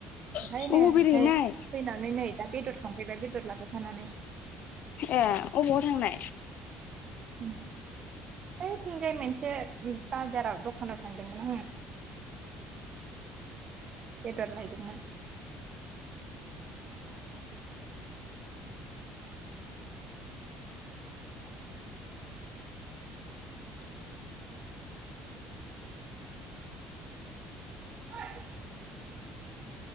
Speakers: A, on the right; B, on the left.
A: दहायनो
B: अबाव
A: ओमफ्राय
B: बेरायहैनाय
A: फैनानै नै दा बेदर संफैबाय बेदर लाबो फानानै।
B: ए अबाव थांनाय?
A: <unintelligible> बैथिंजाय मोनसे बाजाराव दखानाव थांदोंमोन आङो। बेदर लायदोंमोन। हो